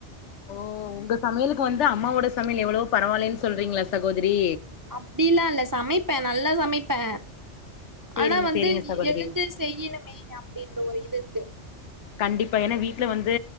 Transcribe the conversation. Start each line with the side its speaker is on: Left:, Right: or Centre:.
Left: ஓ உங்க சமையலுக்கு வந்து அம்மாவோட சமில் எவளோ பரவாலைன் சொல்றீங்ளா சகோதிரி
Right: அப்டிலா இல்ல சமைப்பே நல்லா சமைப்பே
Left: சேரிங்க
Right: ஆனா வந்து
Left: சேரிங்க சகோதரி
Right: எழுந்து செய்யிணுமே அப்டின்ற ஒரு இதுர்க்கு
Left: கண்டிப்பா ஏன்னா வீட்ல வந்து